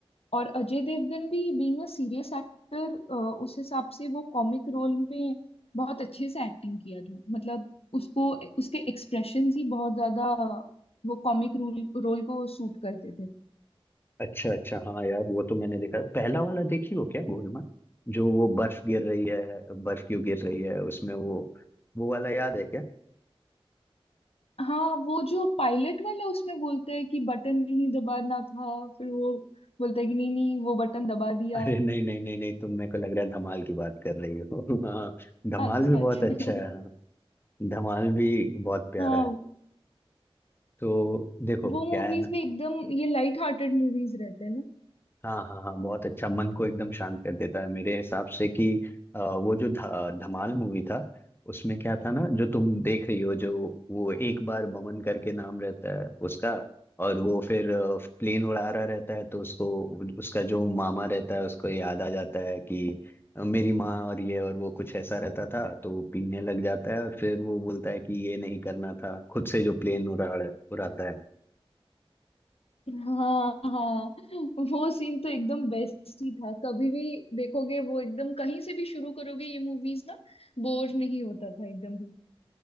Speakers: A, on the left; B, on the left.
A: और अजय देवगन भी बीइंग अ सीरियस एक्टर उस हिसाब से वो कॉमिक रोल में बहुत अच्छे से एक्टिंग किया था मतलब उसको उसके एक्सप्रेशंस ही बहुत ज्यादा वो कॉमिक रोल रोल को सूट करते थे
B: अच्छा अच्छा हाँ यार वो तो मैंने देखा पहला वाला देखी हो क्या गोलमाल जो वो बर्फ गिर रही है बर्फ क्यों गिर रही है उसमें वो वो वाला याद है क्या
A: हाँ वो जो पायलट वाला उसमें बोलता है कि बटन नहीं दबाना था फिर वो बोलता है कि नहीं नहीं वो बटन दबा दिया
B: अरे नहीं नहीं नहीं नहीं तुम मेरे को लग रहा है धमाल की बात कर रही हो <laughs> हाँ धमाल
A: अच्छा
B: भी बहुत
A: अच्छा
B: अच्छा
A: <laughs>
B: है हाँ धमाल भी बहुत प्यारा
A: हाँ
B: है तो देखो
A: वो
B: क्या
A: मूवीज
B: है ना
A: भी एकदम ये लाइट हार्टेड मूवीज रहते हैं ना
B: हाँ हाँ हाँ बहुत अच्छा मन को एकदम शांत कर देता है मेरे हिसाब से कि अ, वो जो ध- धमाल मूवी था उसमें क्या था ना जो तुम देख रही हो जो वो एक बार बमन करके नाम रहता है उसका और वो फिर प्लेन उड़ा रहा रहता है तो उसको उसका जो मामा रहता है उसको याद आ जाता है कि मेरी माँ और ये और वो कुछ ऐसा रहता था तो वो पीने लग जाता है और फिर वो बोलता है कि ये नहीं करना था खुद से जो प्लेन उड़ा उड़ाता है
A: हाँ हाँ वो सीन तो एकदम बेस्ट ही था कभी भी देखोगे वो एकदम कहीं से भी शुरू करोगे ये मूवीज ना बोर नहीं होता था एकदम भी